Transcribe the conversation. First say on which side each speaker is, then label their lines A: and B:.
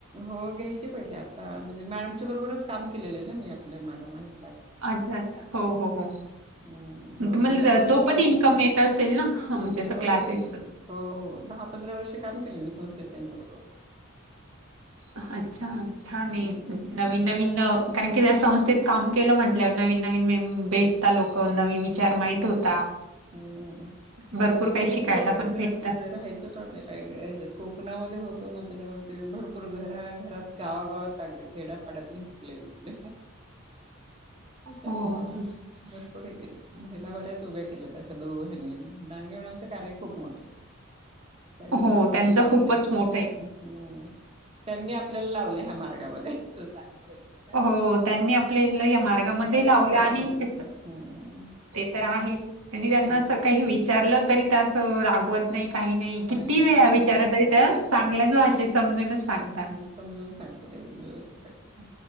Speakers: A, on the right (about 25°); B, on the right (about 80°).
A: हो घ्यायचे पहिले आता म्हणजे मॅडमच्या बरोबरच काम केलेले ना मी आपल्या मॅडम आहे
B: अच्छा-अच्छा हो हो हो.
A: हम्म जवळजवळ
B: तुम्हाला
A: दहा पंधरा
B: तो पण
A: वर्ष
B: इन्कम येत असेल ना म्हणजे असं
A: हो
B: क्लासेस
A: येतो की हो हो दहा पंधरा वर्ष काम केले मी संस्थेत त्यांच्याबरोबर.
B: अच्छा, ठाने‌
A: हम्म
B: म्हणजे नवीन-नवीन कारण की त्या संस्थेत काम केलं म्हटल्यावर नवीन-नवीन मेम भेटता लोक नवीन विचार
A: खूप,
B: माहित होता.
A: हम्म
B: भरपूर काही
A: खूप
B: शिकायला
A: लोक
B: पण
A: जिकडं
B: भेटतं.
A: ते राहायचो ना भेर काय ह्याच्यात कोकणामध्ये होतो ना त्याच्यामुळे ते भरपूर घरात-घरात गावागावात टागते खेड्यापाड्यातून डकले भी तिकले तेच्यामुळं
B: हो हो.
A: भरपूर हे केलं. महिला बऱ्याच उभ्या केल्यात अशा दोघं हेन्नी, डांगे मॅडमच कार्य खूप मोठं. त्यांनी
B: हो हो
A: आपल्याला
B: त्यांचं
A: लावलय
B: खूपच मोठं आहे
A: ह हम्म, त्यांनी आपल्याला लावलय ह्या मार्गामध्ये सु चांगल्या याच्यात.
B: हो, त्यांनी आपले इथलं या मार्गामध्ये लावल्या
A: आपण
B: आणि
A: आहोत
B: त्येच
A: इथे हम्म
B: ते तर आहेच, तेन्ही त्यांना
A: हम्म
B: असं काही विचारलं तरी त्या असं रागवत नाई काही नाही, किती
A: नाही
B: वेळा
A: सांगतात
B: विचारा तरी
A: हो
B: त्या चांगल्याच भाषेत समजूनच सांग
A: ह समजून सांगतात एक दम व्यवस्थित हे